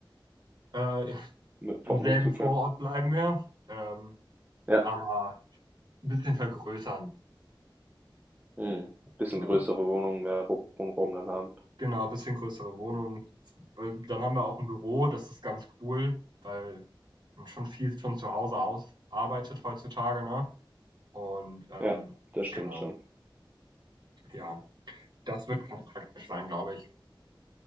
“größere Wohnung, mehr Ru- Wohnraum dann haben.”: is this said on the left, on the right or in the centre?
Right